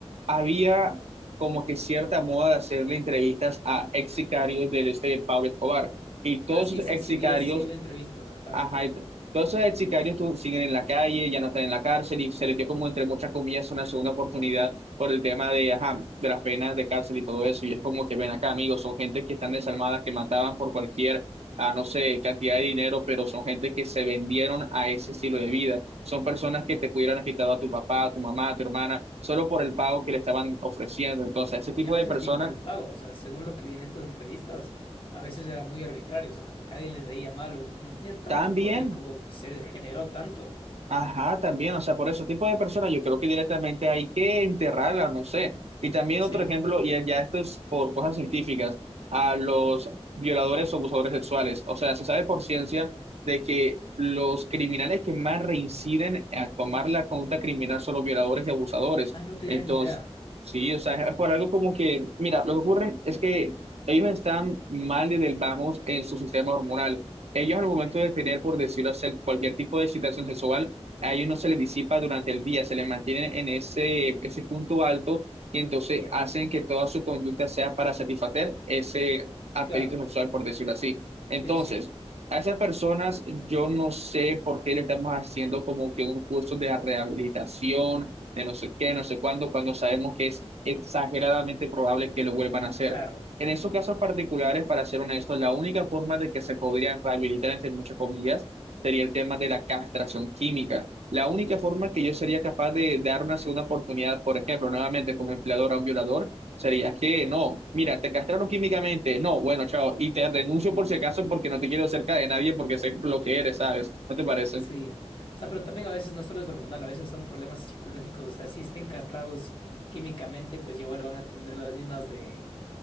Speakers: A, on the right; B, on the left.
A: había como que cierta moda de hacerle entrevistas a ex sicarios del este de Pablo Escobar. Y todos
B: Ah, sí,
A: esos
B: sí,
A: ex
B: sí,
A: sicarios
B: vi, es- sí, vi entrevistas, ajá.
A: Ajá, y todos esos ex sicarios tu- siguen en la calle, ya no están en la cárcel y se les dio como entre muchas comillas una segunda oportunidad por el tema de, ajá, de las penas de cárcel y todo eso. Y es como que ven acá, amigos, son gente que están desarmadas, que mataban por cualquier, ah, no sé, cantidad de dinero, pero son gente que se vendieron a ese estilo de vida. Son personas que te pudieran haber quitado a tu papá, a tu mamá, a tu hermana, solo por el pago que le estaban ofreciendo. Entonces, ese tipo
B: Y a veces
A: de personas
B: ni por el pago, o sea, según lo que vi en estas entrevistas, a veces era muy arbitrario, o sea, como que alguien les veía mal, o como tenían tanto
A: también
B: poder, como que se degeneró tanto.
A: Ajá, también, o sea, por ese tipo de personas yo creo que directamente hay que enterrarla, no sé. Y también
B: Sí.
A: otro ejemplo, y ya esto es por cosas científicas, a los violadores o abusadores sexuales. O sea, se sabe por ciencia de que los criminales que más reinciden a tomar la conducta criminal son los violadores y abusadores.
B: Ah, no tenía
A: Entonces,
B: ni idea.
A: sí, o sea, es por algo como que, mira, lo que ocurre es que ellos están mal desde el vamos en su sistema hormonal. Ellos al momento
B: Ujú.
A: de tener, por decirlo así, cualquier tipo de excitación sexual, a ellos no se les disipa durante el día, se les mantiene en ese, ese punto alto y entonces
B: Ya,
A: hacen que toda su conducta sea para satisfacer ese apetito
B: claro.
A: sexual, por decirlo así. Entonces,
B: Sí, sí. sí.
A: a esas personas yo no sé por qué le estamos haciendo como que un curso de rehabilitación, de no sé qué, no sé cuándo, cuando sabemos que es exageradamente probable que lo vuelvan a hacer.
B: Claro,
A: En esos casos particulares, para ser honesto, la única forma de que se podría rehabilitar, entre muchas comillas, sería el tema de la castración química. La única forma que yo sería capaz de dar una segunda oportunidad, por ejemplo, nuevamente como empleador a un violador, sería que no, mira, te castraron químicamente, no, bueno, chao, y te denuncio por si acaso porque no te quiero cerca de nadie porque sé lo que eres, ¿sabes? ¿No te parece?
B: Sí, o sea, pero también a veces no solo es hormonal, a veces son problemas psicológicos, o sea, si estén castrados químicamente, pues igual van a tener las mismas de,